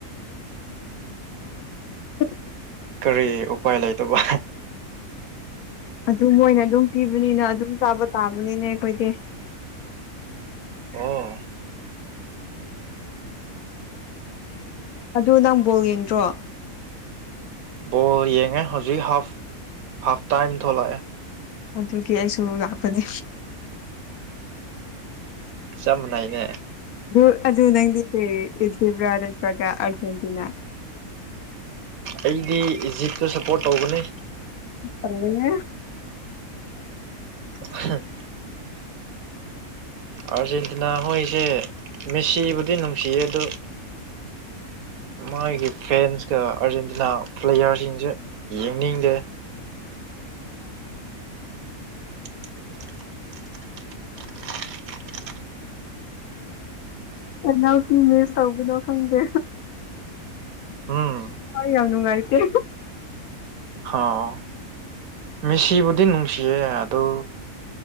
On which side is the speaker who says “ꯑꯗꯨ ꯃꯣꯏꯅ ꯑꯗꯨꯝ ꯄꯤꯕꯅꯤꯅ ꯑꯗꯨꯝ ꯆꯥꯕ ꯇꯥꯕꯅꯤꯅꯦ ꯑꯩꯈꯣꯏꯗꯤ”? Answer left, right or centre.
Left